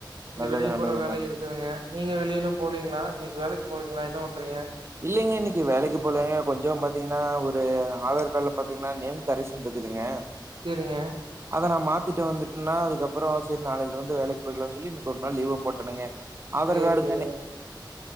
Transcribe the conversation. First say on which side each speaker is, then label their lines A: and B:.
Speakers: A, on the right; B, on the right.
A: இங்க
B: நல்லது,
A: வெளிய
B: நல்லதுங்க.
A: போற வேலயு இருக்குதுங்க நீங்க வெளியலா போலீங்களா இன்னக் வேலைக்கு போலீங்களா என்ன பண்றீங்க
B: இல்லைங்க இன்னைக்கு வேலைக்கு போலங்க கொஞ்சோ பாத்தீங்கன்னா ஒரு ஆதார் கார்டுல பாத்தீங்கன்னா நேம் கரிசன் இருக்குதுங்க.
A: சேரிங்க.
B: அதனா மாத்திட்டு வந்துட்டேனா அதுக்கப்பறோ சரி நாளைல இருந்து வேலைக்கு போய்க்கலான் சொல்லி இன்னைக்கு ஒரு நாள் லீவ போட்டேனுங்க ஆதார்
A: சேரி
B: கார்டுக்கு
A: சேரி
B: நேம்
A: ஓகே